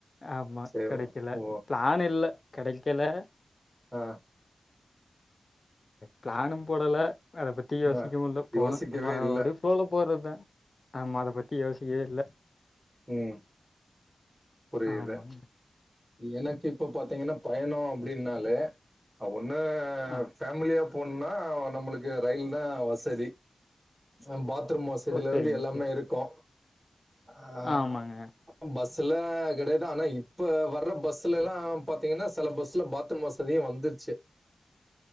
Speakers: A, on the left; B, on the right.
A: ஆமா
B: சரி ஓ
A: கெடைக்கல பிளான் இல்ல கெடைக்கல
B: அ
A: பிளானும் போடல அத பத்தி யோசிக்கவு
B: ஆ
A: இல்ல போன
B: யோசிக்கவே
A: சும்மா
B: இல்ல
A: அப்டி ப்ளோல போறதா ஆமா அத பத்தி யோசிக்கவே இல்ல
B: ம் புரியல
A: ஆமாங்க.
B: எனக்கு இப்ப பாத்தீங்கன்னா பயனோ அப்டின்னாலே ஒன்னு
A: ஆ
B: ஃபேமிலியா போணுன்னா நம்மளுக்கு ரயில்தா வசதி அம் பாத்ரூம் வசதில
A: ஓ! சரிங்க,
B: இருந்து எல்லாமே
A: சரி.
B: இருக்கு ஆ
A: ஆமாங்க.
B: பஸ்ல கெடையாது ஆனா இப்ப வர்ற பஸ்லலா பாத்தீங்கன்னா சில பஸ்ல பாத்ரூம் வச தியு வந்துருச்சு